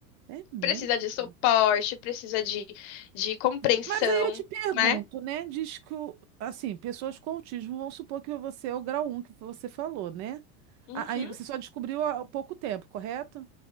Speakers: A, on the right; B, on the left.
A: é mesmo?
B: Precisa de suporte, precisa de, de compreensão,
A: Mas aí eu te pergunto,
B: né?
A: né? Diz que, o- assim, pessoas com autismo, vamos supor que você é o grau um que você falou, né?
B: Uhum,
A: A- Aí você só descobriu há pouco tempo, correto?